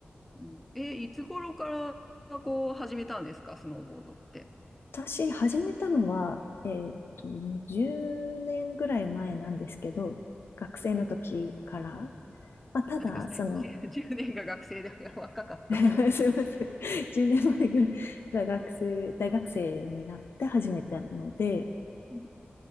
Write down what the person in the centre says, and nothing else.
うんえ、いつ頃からこう始めたんですか、スノーボードって。
10、うんうん
待ってください。
10 <laughs> 年が学生でいや若かった。
うん